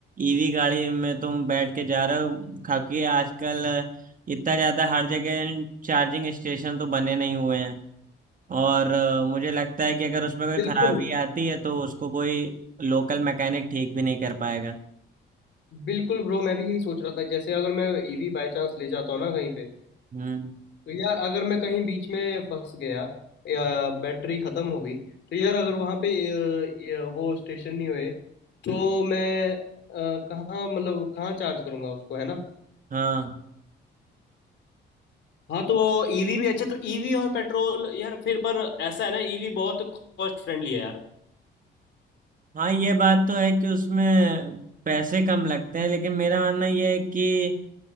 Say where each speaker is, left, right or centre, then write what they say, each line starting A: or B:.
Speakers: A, on the right; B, on the left.
A: ईवी गाड़ी में तुम बैठ के जा रहे हो खाकि आजकल इतना ज्यादा हर जगह चार्जिंग स्टेशन तो बने नहीं हुए हैं और अ, मुझे लगता है कि अगर उसमें कोई
B: बिल्कुल
A: खराबी आती है तो उसको कोई लोकल मैकेनिक ठीक भी नहीं कर पाएगा
B: बिल्कुल ब्रो मैं भी यही सोच रहा था जैसे अगर मैं ईवी बाय चांस ले जाता हूँ ना कहीं पे
A: हम्म
B: तो यार अगर मैं कहीं बीच में फंस गया या बैटरी खत्म हो गई तो यार अगर वहाँ पे अ, अ, वो स्टेशन नहीं हुए तो मैं अ, कहाँ मतलब कहाँ चार्ज करूँगा उसको है ना
A: हाँ
B: हाँ तो वो ईवी भी अच्छा तो ईवी और पेट्रोल यार फिर पर ऐसा है ना ईवी बहुत कॉस्ट फ्रेंडली है यार
A: हाँ ये बात तो है कि उसमें पैसे कम लगते हैं लेकिन मेरा मानना यह है कि